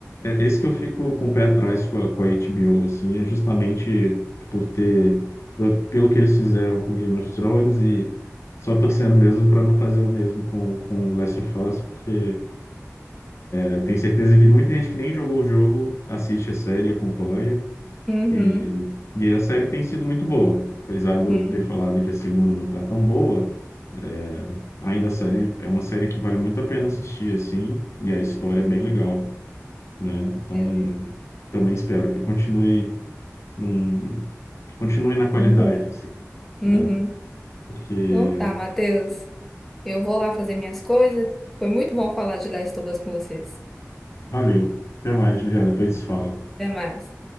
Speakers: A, on the left (about 60°); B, in the centre.
A: é esse que eu fico com o pé atrás com a, com a HBO, assim, é justamente por ter, por- pelo que eles fizeram com Game of Thrones e só torcendo mesmo para não fazer o mesmo com, com Last of Us, porque Eu tenho certeza que muita gente que nem jogou o jogo assiste a série, acompanha,
B: Uhum,
A: e, e a série tem sido muito boa. Apesar de eu
B: uhum,
A: ter falado que a segunda não tá tão boa, é, ainda a série é uma série que vale muito a pena assistir, assim, e a história
B: uhum.
A: é bem legal, né? Então,
B: Beleza.
A: também espero que continue num, continue na qualidade,
B: Uhum.
A: assim,
B: Uhum.
A: né? Porque
B: Então tá, Matheus. Eu vou lá fazer minhas coisas. Foi muito bom falar de Last of Us com vocês.
A: valeu. Até mais, Juliana, depois se fala.
B: Até mais.